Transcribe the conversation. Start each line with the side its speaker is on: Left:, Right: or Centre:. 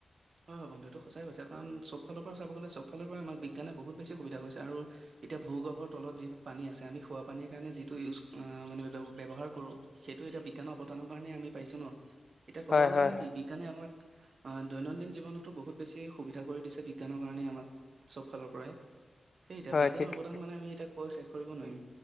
Right: হয়-হয় বন্ধু এইটো সঁচাই কৈছা, কাৰণ চব ফালৰ পৰা চাব গলে চব ফালেৰে পৰা আমাক বিজ্ঞানে বহুত বেছি সুবিধা কৰিছে। আৰু এতিয়া ভূগৰ্ভৰ তলত যিবোৰ পানী আছে আমি খোৱা পানীৰ কাৰণে যিটো ইউজ আ, মানে ব্য-ব্যৱহাৰ কৰো সেইটো এতিয়া বিজ্ঞানৰ অৱতানৰ কাৰণে আমি পাইছো ন'। এতিয়া ক'ব
Left: হয়
Right: গ'লে
Left: হয়
Right: মানে
Left: হয়
Right: কি বিজ্ঞানে আমাক আ, দৈনন্দিন জীৱনতো বহুত বেছি সুবিধা কৰি দিছে, বিজ্ঞানৰ কাৰণে আমাক চব ফালৰ পৰাই। সেই এতিয়া
Left: হয়
Right: বিজ্ঞানৰ
Left: ঠিকে
Right: অৱদান মানে আমি এতিয়া কৈ শেষ কৰিব নোৱাৰিম।